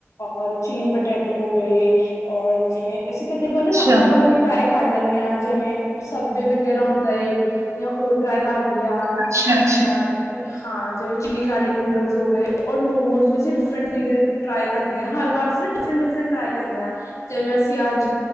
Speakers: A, on the left (about 80°); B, on the right (about 70°).
A: ਔਰ ਚਿਲੀ ਪਟੈਟੋ ਹੋ ਗਏ, ਔਰ ਜਿਵੇਂ ਅਸੀਂ ਕਦੇ ਵਾਰ
B: ਅੱਛਾ
A: ਨਾ ਨਵਾਂ ਨਵਾਂ ਵੀ ਟਰਾਏ ਕਰ ਲੈਂਨੇ ਆ ਜਿਵੇਂ ਸਬੇ ਵਗੈਰਾ ਹੁੰਦਾ ਏ। ਜਾਂ ਹੋਰ ਟਰਾਈ ਕਰ ਲਿਆ,
B: ਅੱਛਾ ਅੱਛਾ
A: ਅ ਹਾਂ ਜਿਵੇਂ ਚਿੱਲੀ ਗਾਰਲਿਕ ਨੂਡਲਸ ਹੋ ਗਏ, ਔਰ ਮੋਮੋਜ਼ ਵੀ ਅਸੀਂ ਡਿਫਰੈਂਟ ਤਰੀਕੇ ਦੇ ਟਰਾਈ ਕਰਦੇ ਆ ਹਰ ਵਾਰ ਅਸੀਂ ਨਾ ਡਿਫਰੈਂਟ ਡਿਫਰੈਂਟ ਟਰਾਈ ਕਰਦੇ ਆ ਜਿਵੇਂ ਅਸੀਂ ਅੱਜ